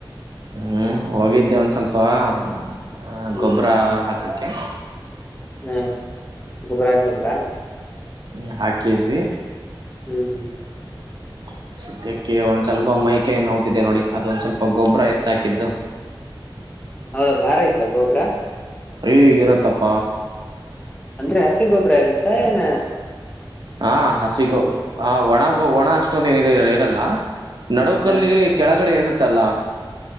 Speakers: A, on the right; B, on the left.
A: ಹ್ಮ್ ಹೋಗಿದ್ದೆ ಒಂದ್ ಸ್ವಲ್ಪ ಹ
B: ಹ್ಮ್
A: ಗೋಬ್ರಾ ಹಾಕಕ್ಕೆ
B: ಹ್ಮ ಗೊಬ್ಬರ ಆಕ್ ಬಂದ್ರಾ
A: ಹ್ಮ ಹಾಕಿದ್ವಿ
B: ಹ್ಮ್ ಹ್ಮ್
A: <inaudible> ಸದ್ಯಕ್ಕೆ ಒಂದ್ ಸ್ವಲ್ಪ ಮೈ ಕೈ ನೋಯ್ತಿದೆ ನೋಡಿ ಅದೊಂದ್ ಸ್ವಲ್ಪ ಗೊಬ್ಬರ ಎತ್ತಹಾಕಿದ್ದು.
B: ಹೌದಾ ಭಾರ ಇತ ಗೋಬ್ರ
A: ಏ ಇರತ್ತಪ
B: ಅಂದ್ರೆ ಹಸಿ ಗೊಬ್ರ ಇರುತ್ತಏನ
A: ಹಾ ಹಸಿಗೋ ಹಾ ಒಣಗೋ ಒಣ ಅಷ್ಟೊಂದ ಏನ ಇರಲ್ಲ ನಡುಕಲ್ಲಿ
B: ಹ
A: ಕೆಳಗಡೆ ಇರುತ್ತಲ್ಲ